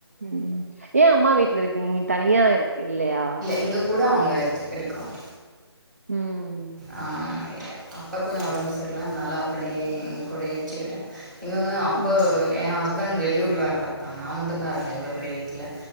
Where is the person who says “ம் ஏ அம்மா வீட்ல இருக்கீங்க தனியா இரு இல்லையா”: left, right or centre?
Right